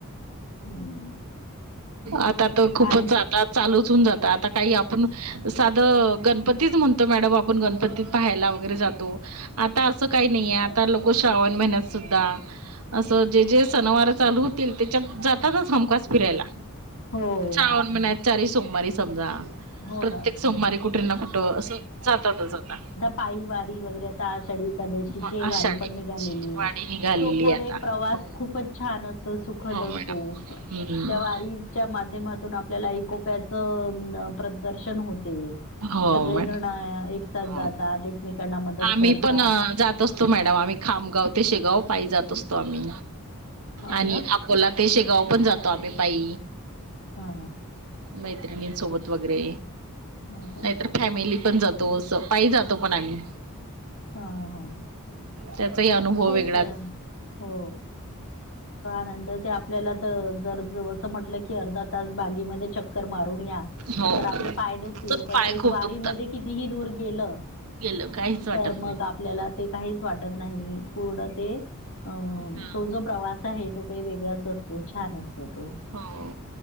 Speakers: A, on the left; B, on the right.
A: हम्म
B: आता तर खूपच
A: आणि
B: आता चालूचन जात आता काही आपण साधं गणपतीच म्हणतो मॅडम आपण गणपतीत पाहायला वगैरे जातो. आता असं काही नाहीये आता लोक श्रावण महिन्यात सुद्धा. असं जे जे सनवार चालू त्याच्यात जातातच हमखास फिरायला
A: हो.
B: श्रावण महिन्यात चारी सोमवारी समजा
A: हो
B: प्रत्येक
A: ना.
B: सोमवारी कुठे ना कुठं असं जातात जाता
A: पाइ वारी वगरे आाढ एकादशीची
B: मग
A: वारी
B: आषाढी
A: पण निघालेली
B: वाडी
A: आहे
B: निघालेली
A: तो पण
B: आता
A: एक प्रवास
B: हो
A: खूप खूपच छान असतो सुखद
B: हो
A: असतो.
B: मॅडम हम्म
A: त्या वारी च्या माध्यमातून आपल्याला इकोप्याच प्रदर्शन होते.
B: हो
A: सगळे
B: मॅडम
A: जण एक साथ
B: हो
A: जातात. एकमेकांना मदत
B: आम्ही
A: करतात
B: पण जातो. मॅडम आम्ही खामगाव ते शेगाव पाहि जात असतो आम्ही
A: हो
B: आणि.
A: ना
B: कोओला तेशेगाव पण जातो आम्ही पाय
A: हा
B: मैत्रिणींसोबत वगैरे
A: हो का
B: नाहीतर फॅमिली पण जातो अस पाय जातो पण आम्ही
A: हा हा
B: त्याचाही अनुभव
A: कायच
B: वेगळाच
A: हो. नंतर ते आपल्याला तर जर असं म्हटलं की अर्धा तास बागीमध्ये च मारून या
B: हो
A: तर आपले पाय दुखतील
B: तर
A: पण
B: पाय
A: ते
B: खूप
A: वारी
B: दुखतात
A: म कितीही दूर गेलं.
B: गेलं काहीच वाटत
A: तर मग
B: नाही
A: आपल्याला ते काहीच वाटत नाही पूर्ण ते अ
B: हा
A: तो जो प्रवास आहे तो काही वेगळाच असतो छान असतो तो.
B: हो.